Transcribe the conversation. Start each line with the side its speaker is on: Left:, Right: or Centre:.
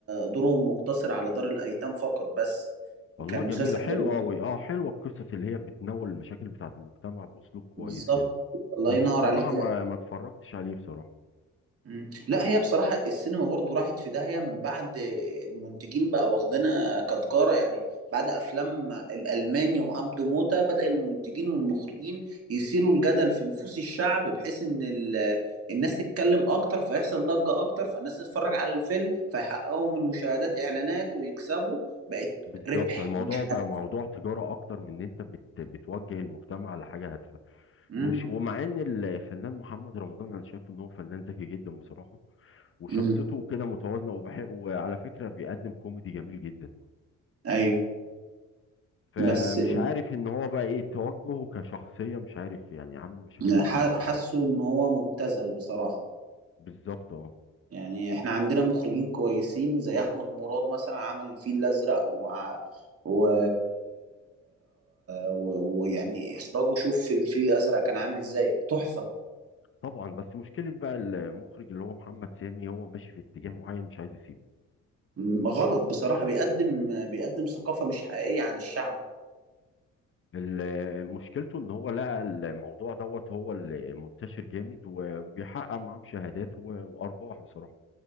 Right: دورهم مقتصر على دار الايتام فقط بس
Left: والله
Right: كان
Left: جميله
Right: مسلسل
Left: حلوه
Right: جميل
Left: قوي اه حلوه القصص اللي هي بتناول المشاكل بتاعه المجتمع باسلوب كويس
Right: بالظبط
Left: كده
Right: الله
Left: بس
Right: ينور
Left: بصراحه
Right: عليك
Left: ما
Right: لا
Left: ما اتفرجتش عليه بصراحه
Right: مم. لا هي بصراحة السينما برضو راحت في داهية من بعد المنتجين بقى واخدنا كتجارة يعني بعد أفلام الألماني وعبده موتة بدأ المنتجين والمخرجين يثيروا الجدل في نفوس الشعب بحيث إن ال- الناس تتكلم أكتر فيحصل ضجة أكتر فالناس تتفرج على الفيلم فيحققوا من المشاهدات إعلانات ويكسبوا بقت
Left: بالظبط
Right: ربح
Left: الموضوع
Right: مش
Left: بقى
Right: هدف
Left: موضوع تجاره اكتر من ان انت بت بتوجه المجتمع لحاجه هادفه
Right: مم.
Left: مش ومع ان الفنان محمد رمضان انا شايف ان هو فنان ذكي جدا بصراحه وشخصيته
Right: مم.
Left: كده متوازنه وبحق وعلى فكره بيقدم كوميدي جميل جدا
Right: أيوه
Left: فمش
Right: بس
Left: عارف ان هو بقى ايه توجهه كشخصيه مش عارف يعني عامل مشاكل كتير
Right: ح-
Left: بصراحه
Right: حاسه ان هو مبتذل بصراحة
Left: بالظبط اه
Right: يعني احنا عندنا مخرجين كويسين زي احمد مراد مثلا عمل الفيل الازرق وع- و و- ويعني اخراجه شوف في الفيل الازرق كان عامل ازاي تحفة
Left: طبعا بس مشكله بقى المخرج اللي هو محمد سامي هو ماشي في اتجاه معين مش عايز يسيبه
Right: م- غلط بصراحة بيقدم بيقدم ثقافة مش حقيقية عن الشعب
Left: ال- مشكلته ان هو لقى الموضوع دوت هو اللي منتشر جامد وبيحقق معاه مشاهدات و- وارباح بصراحه